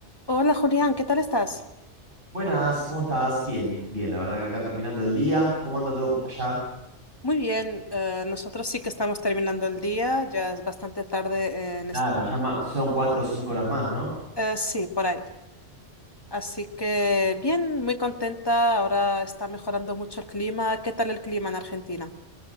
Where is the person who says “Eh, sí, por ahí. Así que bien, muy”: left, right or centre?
Left